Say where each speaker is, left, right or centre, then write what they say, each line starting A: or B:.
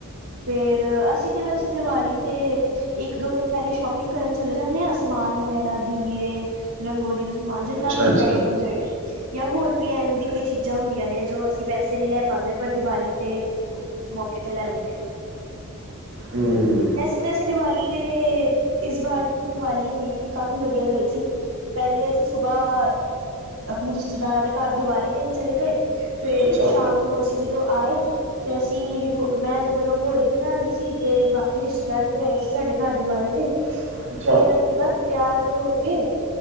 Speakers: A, on the right (about 75°); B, on the right (about 55°).
A: ਫੇਰ ਅਸੀਂ ਤੇ ਵੈਸੇ ਦੀਵਾਲੀ ਤੇ ਇੱਕ, ਦੋ ਦਿਨ ਪਹਿਲੇ ਸ਼ੋਪਿੰਗ ਕਰਨ ਚਲੇ ਜਾਂਨੇ ਆ। ਸਮਾਨ ਵਗੈਰਾ ਦੀਏ, ਰੰਗੋਲੀ ਦਾ ਸਮਾਨ ਜਿੰਨਾ
B: ਅੱਛਾ
A: ਵੀ ਹੁੰਦਾ
B: ਅੱਛਾ
A: ਏ ਟੂ ਜੈਡ। ਜਾਂ ਹੋਰ ਵੀ ਐਵੇਂ ਦੀ ਕਈ ਚੀਜ਼ਾਂ ਹੁੰਦੀਆਂ ਨੇ ਜੋ ਅਸੀਂ ਵੈਸੇ ਨਹੀਂ ਲੈ ਪਾਂਦੇ ਪਰ ਦੀਵਾਲੀ ਤੇ ਮੌਕੇ ਤੇ ਲੈ ਲੈਨੇ ਆ।
B: <inaudible> ਹਮ।
A: ਵੈਸੇ ਤਾਂ ਅਸੀ ਦੀਵਾਲੀ ਤੇ ਇਸ ਬਾਰ ਹੀ ਦੀਵਾਲੀ ਗਈ ਸੀ ਕਾਫ਼ੀ ਵਧੀਆ ਗਈ ਸੀ ਪਹਿਲੇ ਅਸੀਂ ਸੁਬਹ ਆਪਣੇ ਰਿਸ਼ਤੇਦਾਰਾਂ ਦੇ ਘਰ ਦੀਵਾਲੀ ਦੇਣ ਚਲੇ ਗਏ ਫੇਰ
B: ਅੱਛਾ
A: ਸ਼ਾਮ ਨੂੰ ਅਸੀਂ ਜਦੋਂ ਆਏ ਤੇ ਅਸੀਂ ਰੰਗੋ ਮੈਂ ਜਦੋਂ ਰੰਗੋਲੀ ਬਣਾ ਰਹੀ ਸੀ ਤੇ ਬਾਕੀ ਰਿਸ਼ਤੇਦਾਰ ਵੀ ਆਏ ਸੀ ਸਾਡੇ ਸਾਡੇ ਵਾਲੀ ਤੇ
B: <inaudible>
A: ਫਿਰ ਰਾਤੀ ਬਸ ਤਿਆਰ ਹੋ ਕੇ